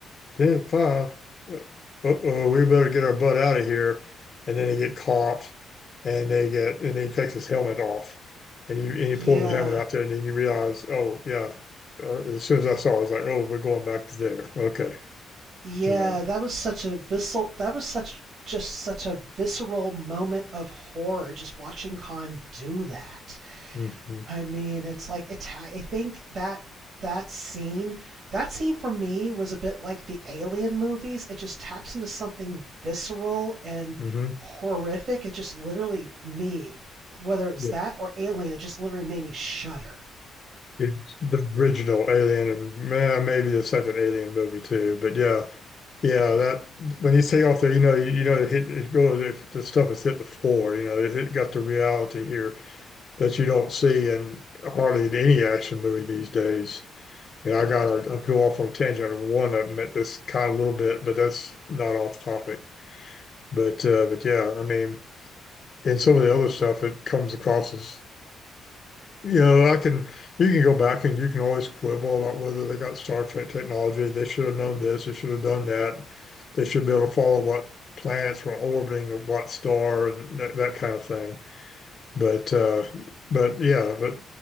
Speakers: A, on the left; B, on the right.
A: Ten uh Uh-oh, we better get our butt out of here. And then they get caught and they get and he takes his helmet off. And he and he
B: Yeah,
A: pulls the helmet out there and then you realize, oh yeah. Uh, As soon as I saw, it, I was like, oh, we're going back to there. Okay.
B: yeah,
A: You know.
B: that was such a visceral, that was such just such a visceral moment of horror just watching Khan do that.
A: hmm
B: I mean, it's like Ita- I think that that scene, that scene for me was a bit like the Alien movies. It just taps into something visceral and
A: hmm
B: horrific. It just literally me, whether it was
A: Yeah.
B: that or Alien, it just literally made me shudder.
A: It's the original Alien and eh, maybe the second Alien movie too. But yeah. Yeah, that when you take off there, you know, you, you know, it hit, it goes, it, the stuff has hit the floor. You know, it, it got the reality here. that you don't see in hardly in any action movie these days. And I got to go off on a tangent on one of them at this kind of little bit, but that's not off topic. But uh, but yeah, I mean, in some of the other stuff, it comes across as you know, I can you can go back and you can always quibble about whether they got Star Trek technology. They should have known this. They should have done that. They should be able to follow what planets were orbiting what star and that, that kind of thing. But uh, but yeah, but